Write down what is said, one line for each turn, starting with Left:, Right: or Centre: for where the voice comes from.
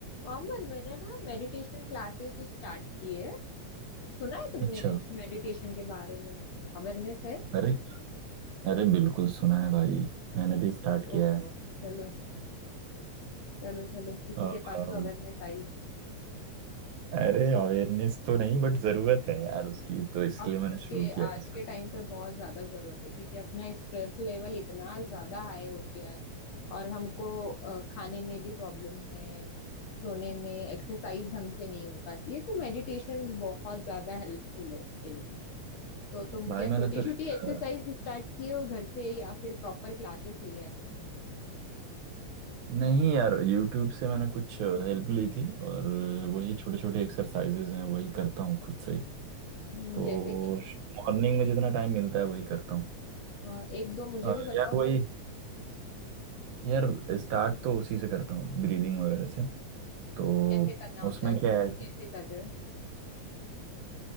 Left: मोहम्मद मैंने ना meditation classes start किए है सुना है तुमने
Right: अच्छा
Left: कुछ मेडिटेशन के बारे में अवेयरनेस है
Right: अरे अरे बिल्कुल सुना है भाई मैंने भी स्टार्ट किया
Left: ओह
Right: है
Left: चलो चलो चलो किसी
Right: अम,
Left: के पास तो अवेयरनेस आई
Right: अरे अवेयरनेस तो नहीं बट जरूरत है यार उसकी तो इसलिए
Left: अब
Right: मैंने शुरू
Left: के
Right: किया
Left: आज
Right: है उसको
Left: के टाइम पे बहुत ज्यादा जरूरत है क्योंकि अपना स्ट्रेस लेवल इतना ज्यादा हाई हो गया है और हमको अ, खाने में भी प्रॉब्लम है सोने में एक्सरसाइज हमसे नहीं हो पाती है तो मेडिटेशन बहुत ज्यादा हेल्पफुल है उसके लिए तो तुम
Right: भाई
Left: क्या
Right: मैंने
Left: छोटी
Right: तो
Left: छोटी
Right: अ,
Left: एक्सरसाइज स्टार्ट किए हो घर से या फिर प्रॉपर क्लासेस लिया है तुमने
Right: नहीं यार यूट्यूब से मैंने कुछ हेल्प ली थी और वही छोटे छोटे एक्सरसाइजेज हैं वही करता हूँ खुद से ही
Left: हम्म,
Right: तो
Left: जैसे कि
Right: मॉर्निंग में जितना टाइम मिलता है वही करता हूँ
Left: अ, एक दो मुझे
Right: अ,
Left: भी बताओ
Right: यार वही
Left: जरा
Right: यार स्टार्ट तो उसी से करता हूँ ब्रीदिंग वगैरह से तो
Left: कैसे करना होता
Right: उसमें
Left: है वो
Right: क्या
Left: तुम
Right: है
Left: कैसे कर रहे हो